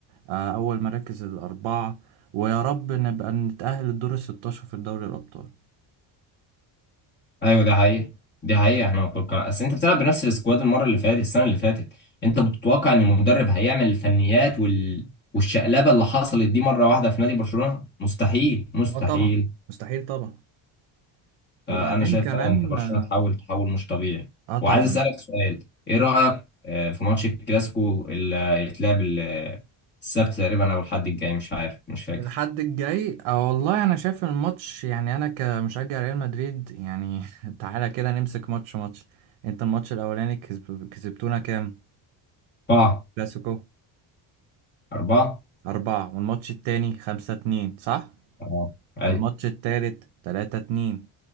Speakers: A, on the right; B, on the left.
A: آه، اول مراكز الاربعة ويا رب نبقى نتأهل الدور الستاشر في دوري الابطال
B: ايوه دي حقيقة دي حقيقة احنا متوقع اصل انت بتلعب بنفس السكواد المرة اللي فاتت السنة اللي فاتت انت بتتوقع ان المدرب هيعمل الفنيات وال... والشقلبة اللي حصلت دي مرة واحدة في نادي برشلونة مستحيل مستحيل
A: اه طبعا مستحيل طبعا
B: فانا
A: وبعدين
B: شايف
A: كمان
B: فعلا ان برشلونة
A: اه
B: تحول تحول مش طبيعي
A: آه طبعا
B: وعايز اسألك سؤال ايه رأيك آه، في ماتش الكلاسيكو اللي هيتلعب ال- آه، السبت تقريبا او الحد الجاي مش عارف مش فاكر
A: الحد الجاي اه والله انا شايف الماتش يعني انا كمشجع ريال مدريد يعني <laughs> تعالى كده نمسك ماتش ماتش انت الماتش الاولاني كسب... كسبتونا كام
B: اربعة
A: كلاسيكو
B: اربعة
A: أربعة والماتش التاني خمسة اتنين صح
B: اه ايوه
A: والماتش التالت تلاتة اتنين